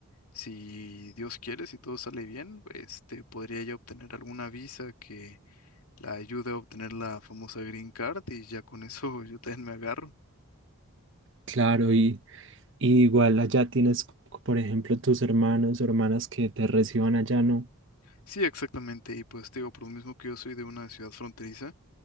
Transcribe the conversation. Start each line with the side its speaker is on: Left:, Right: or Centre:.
Left: si Dios quiere, si todo sale bien, este, podría ella obtener alguna visa que la ayude a obtener la famosa Green Card y ya con eso <laughs> yo también me agarro.
Right: Claro, y, y igual allá tienes, por ejemplo, tus hermanos o hermanas que te reciban allá, ¿no?
Left: Sí, exactamente. Y pues te digo, por lo mismo que yo soy de una ciudad fronteriza,